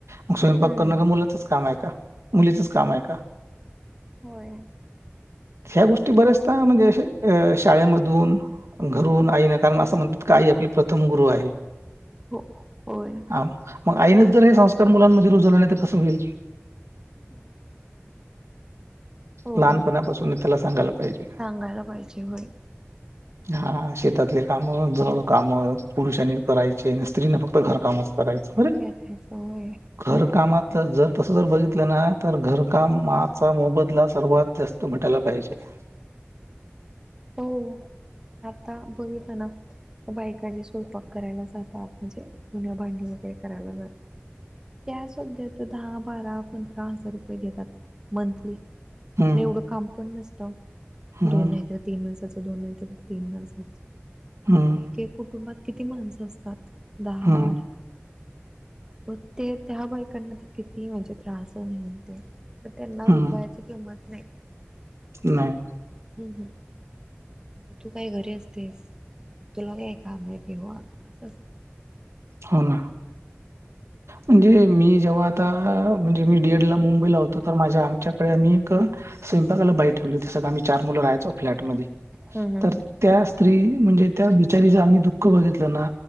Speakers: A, on the right (about 80°); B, on the right (about 15°).
A: मग स्वयंपाक
B: हम्म
A: करणं का मुलाचच काम आहे का मुलीचच काम आहे का.
B: होय.
A: ह्या गोष्टी बऱ्याचदा म्हणजे अ शाळेमधून. घरून आई नाही कारण असं म्हणतात की आई आपली प्रथम गुरु आहे.
B: हो होय.
A: हा मग आईनेच जर हे संस्कार मुलांमध्ये रुजवले नाही तर कसं होईल?
B: हम्म. हो
A: लहान पणापासून त्याला सांगायला पाहिजे
B: सांगायला पाहिजे होय
A: हा शेतातले काम जड काम पुरुषांनी करायचे स्त्रीनीं फक्त घरकामच करायच बरं
B: करायचं होय
A: घर कामात तर जर तसं जर बघितलं ना तर घरकामाचा मोबदला सर्वात जास्त भेटायला पाहिजे. <inaudible>
B: हो आता बघितलं ना त्या बायकांनी स्वयंपाक करायला जातात म्हणजे धुन्या भांडी वगैरे करायला जातात त्या सुध्या तर दहा बारा पंधरा हजार रुपये घेतात मंथली.
A: हम्म
B: आणि एवढं काम पण नसतं
A: हम्म
B: दोन तर तीन माणसाच दोन नाही तीन माणसाच
A: हम्म
B: मग एक एक कुटुंबात कीती. किती माणसं असतात दहा
A: हम्म
B: बार पन ते त्या बायकांना तर किती म्हणजे त्रास नाही ते न त्यांना
A: हम्म
B: रुपयाची किंमत नाही.
A: नाही
B: हम्म हम् तु काय घरी असतेस तुला काय काम आहे तेव्हा असं असतं
A: हो ना. म्हणजे मी जेव्हा आता म्हणजे मी डीएडला मुंबईला होतो तर माझ्या आमच्याकडे आम्ही एक स्वयंपाकाला बाई ठेवली होतीस आम्ही चार मुलं राहायचो फ्लॅट मधे
B: हम् हम
A: तर त्या स्त्री म्हणजे त्या बिचारीच आम्ही दुःख बघितलं ना